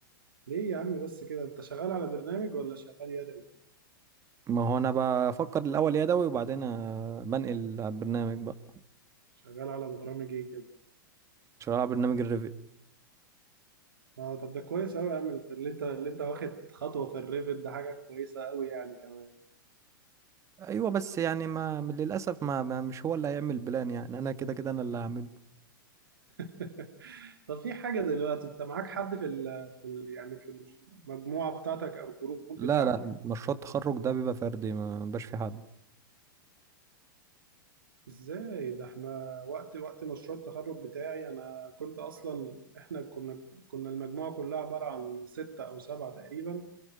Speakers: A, on the right (about 80°); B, on the right (about 25°).
A: ليه يا عم بس كده انت شغال على برنامج ولا شغال يدوي
B: ما هو انا بفكر الاول يدوي وبعدين آه، بنقل على البرنامج بقى
A: شغال على برامج ايه كده
B: شغال على برنامج الريفي
A: اه طب ده كويس قوي يا عم انت- اللي انت اللي انت واخد خطوة في الريفت ده حاجة كويسة قوي يعني كمان
B: ايوه بس يعني ما للاسف ما, ما مش هو اللي هيعمل بلان يعني انا كده كده انا اللي هعمل
A: <laughs> طب في حاجة دلوقتي انت معاك حد في ال في ال يعني في المجموعة بتاعتك او الجروب
B: لا
A: بتاعك
B: لا مشروع التخرج ده بيبقى فردي ما بيبقاش في حد
A: ازاي ده احنا وقت وقت مشروع التخرج بتاعي انا كنت اصلا احنا كنا كنا المجموعة كلها عبارة عن ستة او سبعة تقريبا